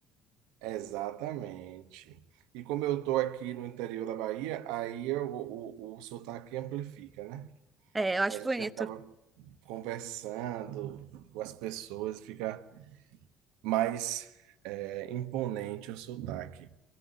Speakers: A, on the right; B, on the right.
A: Exatamente. E como eu tô aqui no interior da Bahia, aí eu- o, o, o sotaque amplifica, né?
B: É, eu acho
A: A gente
B: bonito.
A: acaba. conversando com as pessoas, fica mais é, imponente o sotaque.